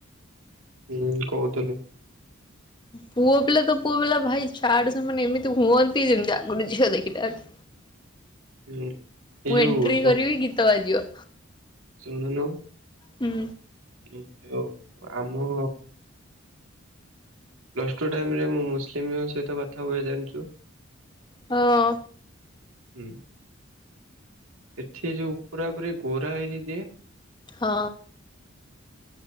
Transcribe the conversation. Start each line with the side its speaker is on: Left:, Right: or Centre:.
Right: ହୁଁ କହୁଥିଲୁ।
Left: ପୁଅ ପିଲା ତ ପୁଅ ପିଲା ଭାଇ ଛାଡେ ସେମାନେ ଏମିତି ହୁଅନ୍ତି ଯେମିତି ଆଗରୁ ଝିଅ ଦେଖିନାହାନ୍ତି।
Right: ହୁଁ ଏଇ
Left: ମୁଁ
Right: ଯୋଉ
Left: ଏଣ୍ଟ୍ରି କରିବି ଗୀତ ବାଜିବ।
Right: ଶୂଣୁନୁ?
Left: ହୁଁ।
Right: ଉଁ ଯଉ ଆମ ପ୍ଲସ୍ ଟୁ ଟାଇମରେ ମୁଁ ମୁସଲିମଙ୍କ ସହିତ କଥା ହୁଏ ଜାଣିଛୁ।
Left: ହଁ।
Right: ହୁଁ। ଏଠି ଯୋଉ ପୁରା ପୁରି ଗୋରା ହେଇକି ଯିଏ?
Left: ହଁ।